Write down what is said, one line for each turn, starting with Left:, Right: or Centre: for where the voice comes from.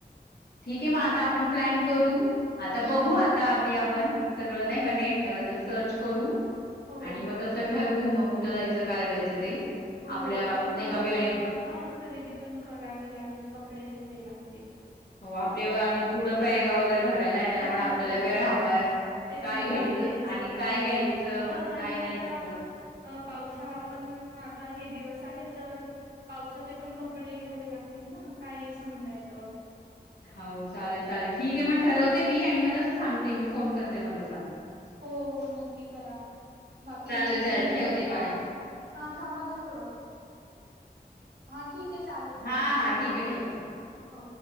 Left: ठीक आहे मग आता आपण प्लॅन करू आता
Right: हम्म
Left: बघू आता अगदी पण सगळं
Right: हम्म
Left: नाही का नेट
Right: हम्म
Left: सर्च करू
Right: हो
Left: आणि मग तस ठरवू मग कुठं जायचं काय जायचं ते
Right: हो
Left: आपल्या
Right: परत
Left: नाही
Right: मग
Left: का
Right: आपल्याला
Left: वेळ
Right: हा खरेदी पण करावी लागेल कपडे घ्यावे लागतील.
Left: हो आपल्या पुढं बॅग वगैरे भरायला यायला
Right: हा
Left: पण आपल्याला
Right: तेच
Left: वेळ
Right: ना
Left: हवाय
Right: तेच
Left: काय
Right: ना
Left: घ्यायचं
Right: न्यायचं
Left: आणि काय
Right: नाही
Left: घ्यायचं
Right: न्यायचं हा आणि
Left: काय न्यायचं?
Right: आता अ पावसाळा पण ना आता हे दिवस आहे तर पावसाचे पण कपडे घ्यावे लागतील ना काही सांगता येत
Left: हो चालेल चालेल ठीक आहे म्ह ठरवते मी आणि मग तं सांगते मी फोन करते म तसं
Right: हो, हो नक्की करा बाकी
Left: चालेल
Right: तुमच
Left: चालेल ठेवते
Right: हा,
Left: बाय.
Right: हा थांबा ना थोडं हा ठीक आहे चालेल जाऊ
Left: हा,
Right: दे
Left: हा ठीक आहे ठेवते.
Right: हो